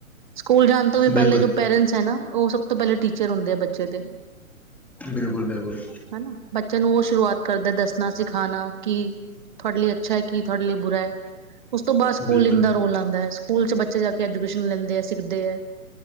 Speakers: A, on the right (about 35°); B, in the centre.
A: ਸਕੂਲ ਜਾਨ ਤੋਂ ਵੀ
B: ਬਿਲਕੁਲ
A: ਪਹਿਲੇ ਜੋ ਪੇਰੈਂਟਸ ਹੈ ਨਾ, ਉਹ ਸਭ ਤੋਂ ਪਹਿਲੇ ਟੀਚਰ ਹੁੰਦੇ ਆ ਬੱਚੇ ਦੇ
B: ਬਿਲਕੁਲ -ਬਿਲਕੁਲ
A: ਹਨਾ ਬੱਚੇ ਨੂੰ ਉਹ ਸ਼ੁਰੂਆਤ ਕਰਦੇ, ਦੱਸਣਾ, ਸਿਖਾਉਣਾ ਕੀ ਤੁਹਾਡੇ ਲਈ ਅੱਛਾ ਹੈ, ਕੀ ਤੁਹਾਡੇ ਲਈ ਬੁਰਾ ਹੈ। ਉਸ ਤੋਂ ਬਾਅਦ ਸਕੂਲਿੰਗ
B: ਬਿਲਕੁਲ ਬਿਲਕੁਲ
A: ਦਾ ਰੋਲ ਆਉਂਦਾ ਹੈ, ਸਕੂਲ 'ਚ ਬੱਚੇ ਜਾ ਕੇ ਐਜੂਕੇਸ਼ਨ ਲੈਂਦੇ ਆ, ਸਿੱਖਦੇ ਹੈ